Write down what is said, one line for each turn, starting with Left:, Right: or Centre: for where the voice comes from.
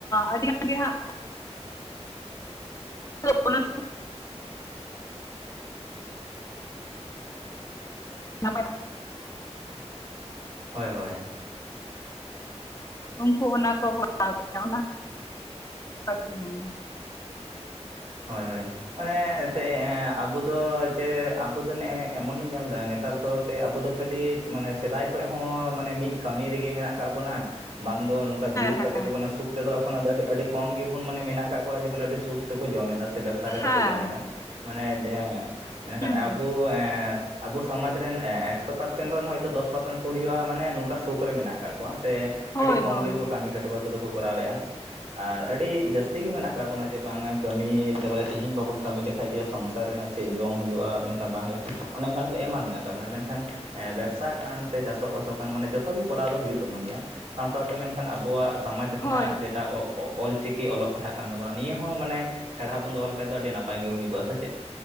Left: ᱟᱹᱰᱤ ᱜᱟᱱ ᱜᱮ ᱦᱟᱸᱜ <unintelligible> ᱱᱟᱯᱟᱭ,
Right: ᱦᱳᱭ ᱦᱳᱭ,
Left: ᱩᱱᱠᱩ ᱚᱱᱟ ᱠᱚ ᱦᱟᱛᱟᱣ ᱠᱮᱜ-ᱟ, <inaudible>
Right: ᱦᱳᱭ ᱦᱳᱭ, ᱢᱟᱱᱮ ᱮᱱᱛᱮ ᱟᱵᱚ ᱫᱚ ᱡᱮ ᱟᱵᱚ ᱫᱚ ᱱᱮ-ᱮ ᱮᱢᱚᱱᱤᱧ ᱧᱮᱞᱫᱟ ᱱᱮᱛᱟᱨ ᱫᱚ ᱛᱮ ᱟᱵᱚ ᱫᱚ ᱠᱷᱟᱹᱞᱤ ᱢᱟᱱᱮ ᱥᱮᱫᱟᱭ ᱠᱷᱚᱡ ᱦᱚᱸ ᱢᱟᱱᱮ ᱢᱤᱫ ᱠᱟᱹᱢᱤ ᱨᱮ ᱜᱮ ᱢᱮᱱᱟᱜ ᱠᱟᱜ ᱵᱚᱱᱟ ᱾ ᱵᱟᱝ ᱫᱚ ᱱᱚᱝᱠᱟ ᱫᱩᱲᱩᱵ
Left: ᱦᱮᱸ
Right: ᱠᱟᱛᱮ ᱫᱚ ᱢᱟᱱᱮ ᱥᱩᱠ ᱛᱮ ᱫᱚ ᱮᱠᱷᱚᱱ ᱟᱹᱰᱤ ᱠᱚᱢ ᱜᱮᱵᱚᱱ ᱢᱟᱱᱮ ᱢᱮᱱᱟᱜ ᱠᱟᱜ ᱠᱚᱣᱟ ᱵᱚᱞᱮ ᱟᱹᱰᱤ ᱥᱩᱠ ᱠᱚ ᱡᱚᱢ ᱮᱫᱟ ᱥᱮ ᱵᱮᱵᱥᱟ ᱠᱟᱛᱮᱫ
Left: ᱦᱮᱸ
Right: ᱠᱚ ᱡᱚᱢ ᱮᱫᱚ ᱢᱟᱱᱮ ᱢᱮᱱ ᱠᱷᱟᱱ
Left: ᱦᱮᱸ ᱦᱩᱸ
Right: ᱟᱵᱚ
Left: ᱦᱩᱸ
Right: ᱟᱵᱚ ᱥᱚᱢᱟᱡ ᱨᱮᱱ ᱮᱠᱥᱳ ᱯᱟᱨᱥᱮᱱ ᱨᱮᱱ ᱦᱚᱳᱭ ᱛᱚ ᱫᱚᱥ ᱠᱚ ᱦᱩᱭᱩᱜᱼᱟ ᱢᱟᱱᱮ ᱱᱚᱝᱠᱟ ᱥᱩᱠ ᱨᱮ ᱢᱮᱱᱟᱜ ᱠᱟᱜ ᱠᱚᱣᱟ ᱥᱮ?
Left: ᱦᱳᱭ
Right: ᱟᱹᱰᱤ ᱠᱚᱢ
Left: ᱦᱳᱭ
Right: ᱜᱮ ᱠᱚ
Left: ᱦᱳᱭ
Right: ᱠᱟᱹᱢᱤ ᱠᱷᱟᱴᱚᱣᱟᱹ ᱠᱚ ᱫᱚ ᱠᱚ ᱠᱚᱨᱟᱣᱮᱼᱟ ᱟᱨ ᱟᱹᱰᱤ ᱡᱟᱹᱥᱛᱤ ᱜᱮ ᱢᱮᱱᱟᱜ ᱠᱟᱜ ᱵᱚᱱᱟ ᱡᱮ ᱵᱟᱝᱟ ᱠᱟᱹᱢᱤ ᱛᱮᱵᱚᱞᱮ ᱛᱮᱤᱦᱤᱧ ᱵᱟᱵᱚᱱ ᱠᱟᱹᱢᱤ ᱞᱮᱠᱷᱟᱡ ᱡᱮ ᱥᱚᱝᱥᱟᱨ ᱨᱮᱱᱟᱜ ᱪᱮᱫ ᱡᱚᱢ ᱦᱳᱭᱳᱜᱼᱟ ᱢᱮᱱᱠᱷᱟᱱ ᱵᱟᱝ ᱦᱳᱭᱳᱜᱼᱟ ᱾ ᱚᱱᱮ ᱚᱱᱠᱟᱱ ᱠᱚ ᱮᱢᱟ ᱢᱮᱱᱟᱜ ᱛᱟᱵᱚᱱᱟ ᱢᱮᱱ ᱠᱷᱟᱱ ᱵᱮᱵᱽᱥᱟ ᱠᱟᱱ ᱥᱮ ᱪᱟᱥᱚᱜᱼ ᱵᱟᱥᱚᱜ ᱠᱟᱱ ᱢᱟᱱᱮ ᱡᱚᱛᱚ ᱡᱚᱛᱚ ᱜᱮ ᱠᱚᱨᱟᱣ ᱫᱚ ᱦᱩᱭᱩᱜ ᱛᱟᱵᱚᱱ ᱜᱮᱭᱟ ᱥᱟᱶ ᱥᱟᱶᱛᱮ ᱢᱮᱱ ᱠᱷᱟᱱ ᱟᱵᱚᱣᱟᱜ, ᱥᱚᱢᱟᱡᱽ ᱨᱮᱱᱟᱜ
Left: ᱦᱳᱭ
Right: ᱡᱮᱴᱟ ᱚ ᱚ ᱚᱞ ᱪᱤᱠᱤ ᱚᱞᱚᱜ ᱯᱟᱲᱦᱟᱜ ᱠᱟᱱ ᱛᱟᱵᱚᱱᱟ ᱱᱤᱭᱟᱹ ᱦᱚᱸ ᱢᱟᱱᱮ ᱥᱮᱬᱟ ᱵᱚᱱ ᱫᱚ ᱦᱚ ᱞᱮᱠᱷᱟᱱ ᱫᱚ ᱟᱹᱰᱤ ᱱᱟᱯᱟᱭ ᱜᱮ ᱦᱳᱭᱳᱜᱼᱟ ᱥᱮ ᱪᱮᱫ?